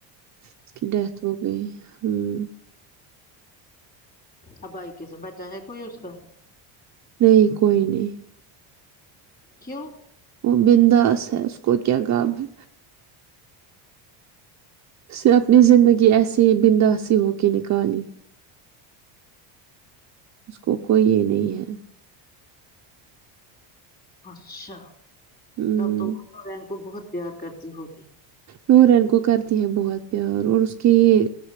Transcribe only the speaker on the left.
اب بھائی کے سوا بچہ ہے کوئی اس کا
کیوں
اچھا
تب تو وہ نو رین کو بہت پیار کرتی ہوگی